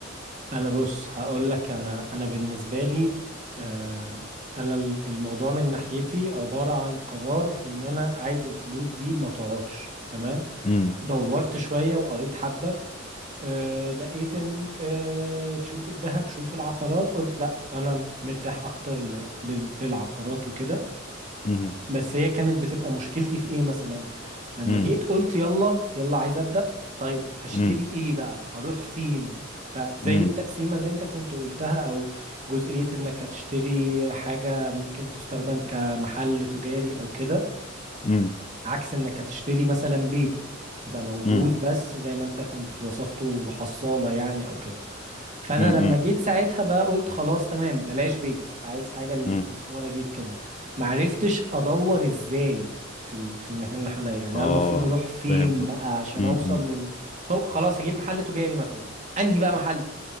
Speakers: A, on the right; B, on the left.
A: انا بص هقول لك انا انا بالنسبه لي آه انا ال- الموضوع من ناحيتي عباره عن قرار في ان انا عايز الفلوس دي ما تقعدش تمام
B: امم
A: دورت شويه وقريت حبه آه لقيت ان آه شوف الذهب شوف العقارات قلت لا انا مرتاح اكتر ل- لل- للعقارات وكده
B: امم
A: بس هي كانت بتبقى مشكلتي في ايه مثلا لما
B: امم
A: جيت قلت يلا يلا عايز ابدا طيب هشتري
B: امم
A: ايه بقى هروح فين فزي
B: امم
A: التقسيمة اللي انت كنت قلتها او جزئية انك هتشتري حاجة ممكن تستخدم كمحل تجاري او كده
B: امم
A: عكس انك هتشتري مثلا بيت يبقى موجود
B: امم
A: بس زي ما انت كنت وصفته حصالة يعني او كده فانا
B: امم
A: لما جيت ساعتها بقى قلت خلاص تمام بلاش بيت عايز حاجه للاستثمار
B: امم
A: اجيب كده معرفتش ادور ازاي في ال- في المكان اللي حواليا يعني
B: اه
A: انا المفروض اروح فين
B: فاهم قصدك
A: بقى عشان
B: امم
A: اوصل لن هو خلاص هجيب محل تجاري مثلا انهي بقى محل